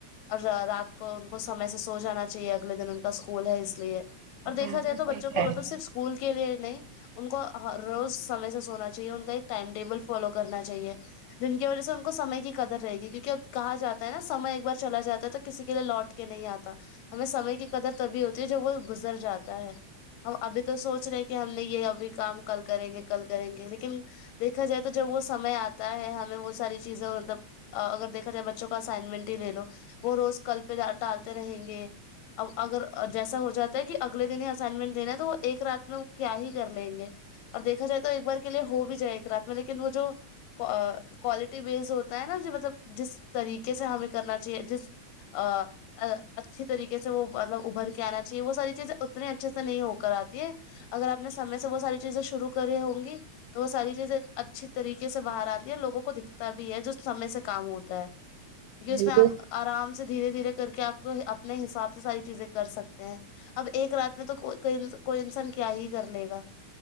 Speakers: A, on the left (about 75°); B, on the right (about 80°).
A: اور را رات کو ان کو سمے سے سو جانا چاہیے اگلے دن ان کا اسکول ہے اس لیے اور دیکھا
B: بالکل
A: جائے تو
B: صحیح
A: بچوں
B: کہہ
A: کو
B: رہی
A: مطلب صرف اسکول کے لیے نہیں ان کو ہر روز سمے سے سونا چاہیے ان کا ایک ٹائم ٹیبل فالو کرنا چاہیے جن کی وجہ سے ان کو سمے کی قدر رہ گی کیونکہ کہا جاتا ہے نا سمے ایک بار چلا جاتا ہے تو کسی کے لیے لوٹ کے نہیں آتا ہمیں سمے کی قدر تبھی ہو تی ہےجب وہ گزر جاتا ہے ہم ابھی تو سوچ رہے ہیں کہ ہم نے یہ ابھی کام کل کریں گے کل کریں گے لیکن دیکھا جائے تو جب وہ سمے آتا ہے ہمیں وہ ساری چیزیں مطلب اگر دیکھ پھر یےبچوں کا اسائنمنٹ ہی لے لو وہ روز کل پہ ٹالتے رہیں گے اب اگر جیسا ہو جاتا ہے کہ اگلے دن ہی اسائنمنٹ دینا ہے تو وہ ایک رات میں کیا ہی کر لیں گے اور دیکھا جائے تو ایک بار کے لیے ہو بھی جائے ایک رات میں لیکن وہ جو کو کوالٹی بیسڈ ہوتا ہے نا جو مطلب جس طریقے سے ہمیں کرنا چاہیے جس آ آ اچھی طریقے سے وہ مطلب ابھر کے آنا چاہیے وہ ساری چیزیں اتنی اچھے سے نہیں ہو کر آتی ہیں اگر آپ نے سمے سے وہ ساری چیزیں شروع کری ہوں گی تو وہ ساری چیزیں اچھی طریقے سے باہر آتی ہیں لوگوں کو دکھتا بھی ہے جو سمے سے کام ہوتا ہے کیونکہ
B: ہے
A: اس
B: بالکل
A: میں آپ آرام سے دھیرے دھیرے کر کے آپ کو اپنے حساب سے ساری چیزیں کر سکتے ہیں اب ایک رات میں تو کوئی کوئی انسان کیا ہی کر لے گا